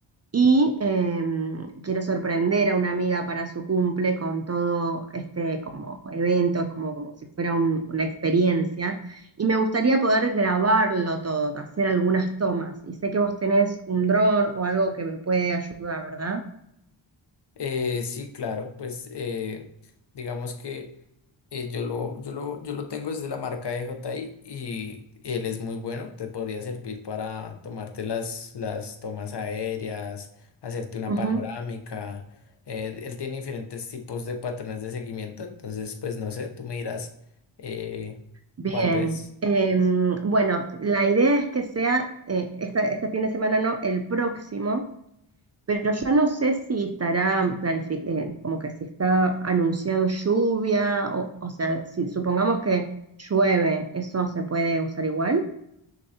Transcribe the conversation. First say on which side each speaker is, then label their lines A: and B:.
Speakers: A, on the right (about 35°); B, on the left (about 55°).
A: y em, quiero sorprender a una amiga para su cumple con todo este como evento, como, como si fuera un- una experiencia y me gustaría poder grabarlo todo, hacer algunas tomas y sé que vos tenés un dron o algo que me puede ayudar, ¿verdad?
B: Eh, sí, claro, pues eh, digamos que eh, yo lo, yo lo, yo lo tengo desde la marca de JI y, y él es muy bueno, te podría servir para tomarte las, las tomas aéreas, hacerte una
A: Ujú.
B: panorámica. eh, él tiene diferentes tipos de patrones de seguimiento, entonces pues no sé, tú me dirás eh,
A: Bien,
B: cuándo es.
A: em, bueno, la idea es que sea eh, esta- este fin de semana, no, el próximo, pero yo no sé si estará planifi- eh, como que si está anunciado lluvia, o, o sea, si supongamos que llueve, ¿eso se puede usar igual?